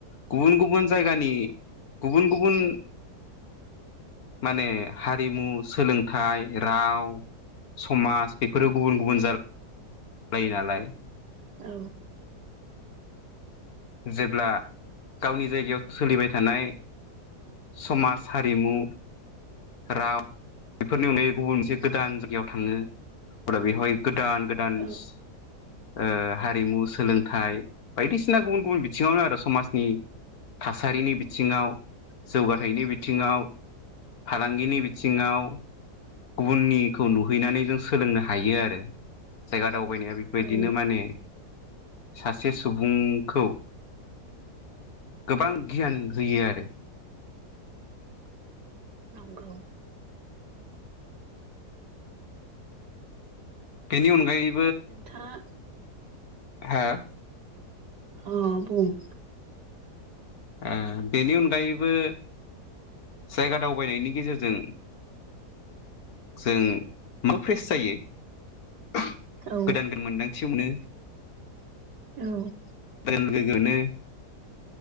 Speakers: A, on the left; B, on the right.
A: गुबुन गुबुन जायगानि गुबुन गुबुन माने हारिमु, सोलोंथाइ, राव समाज बेफोरो गुबुन गुबुन जार लायो नालाय।
B: औ
A: जेब्ला गावनि जायगायाव सोलिबाय थानाय समाज, हारिमु, राव, बेफोरनि अनगायै गुबुन मोनसे गोदान जायगायाव थाङो अब्ला बेवहाय गोदान गोदान्स
B: औ
A: ओ हारिमु सोलोंथाइ बायदिसिना गुबुन गुबुन बिथिङावनो आरो समाजनि थासारिनि बिथिङाव जौगानायनि बिथिङाव फालांगिनि बिथिङाव गुबुननिखौ नुहैनानै जों सोलोंनो हायो आरो जायगा दावबायनाया बेफोरबायदिनो
B: औ
A: माने सासे सुबुंखौ गोबां गियान होयो आरो।
B: नंगौ
A: बेनि अनगायै
B: नोंथाङा
A: हा
B: अ बुंं
A: ओ बेनि अनगायैबो जायगा दावबायनायनि गेजेरजों जों मा फेस जायो गोदान
B: औ
A: गोदान मोनदांथिबो मोनो
B: औ
A: <unintelligible> गोगोनो